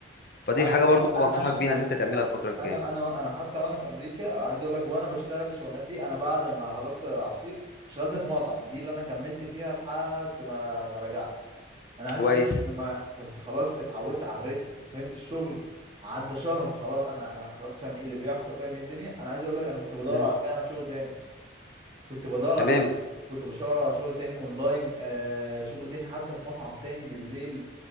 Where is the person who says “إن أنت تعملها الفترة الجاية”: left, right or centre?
Left